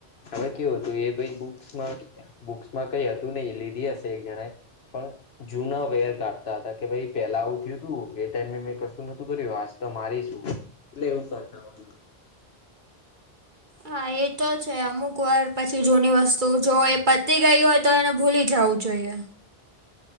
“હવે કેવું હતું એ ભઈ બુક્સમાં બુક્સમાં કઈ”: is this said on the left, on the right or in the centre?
Left